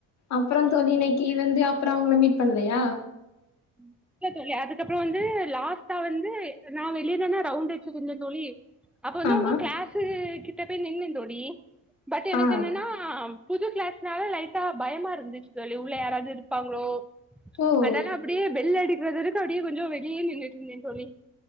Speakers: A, on the left (about 50°); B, in the centre.
A: அப்ற தோழி இன்னைக்கு வந்து அப்ற உங்கள மீட் பண்லயா
B: ம் இல்ல தோழி அதுக்கப்பற வந்து லாஸ்ட்டா வந்து நா வெளியதான ரவுண்ட் அடிச்சுட்டு இருந்த தோழி அப்ப வந்து
A: ஆமா
B: உங்க கிளாஸ் கிட்ட போய் நின்னந்தோழி பட் எனக்கு
A: ஆ
B: என்னனா புது கிளாஸ் னால லைட்டா பயமா இருந்துச்சு தோழி உள்ள யாராது இருப்பாங்களோ
A: ஓ
B: அதனால அப்டியே பெல்ல அடிக்கறது வரைக்கு அப்டியே கொஞ்சோ வெளிய நின்னுட் இருந்த தோழி